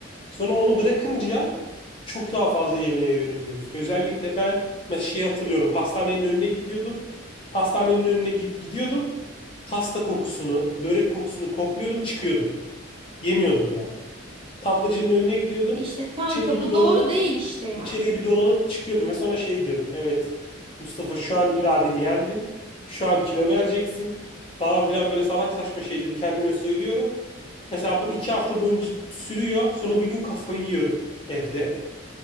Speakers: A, on the left; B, on the right.
A: Sonra onu bırakınca çok daha fazla yemeğe yöneliyoruz. Özellikle ben mesela şey hatırlıyorum. Pastanenin önüne gidiyordum. Pastanenin önüne gi- gidiyordum. Pasta kokusunu, börek kokusunu kokluyordum, çıkıyordum. Yemiyordum yani. Tatlıcının önüne gidiyordum.
B: E İşte kanka
A: İçeriği
B: bu
A: bir dolanıp
B: doğru değil işte yani.
A: içeriği bir dolanıp çıkıyordum ve sonra şey diyordum. Evet Mustafa şu an iradeni yendin. Şu an kilo vereceksin falan filan böyle salak saçma şeyleri kendime söylüyorum. Mesela bu iki hafta boyunca sürüyor. Sonra bir gün kafayı yiyorum evde.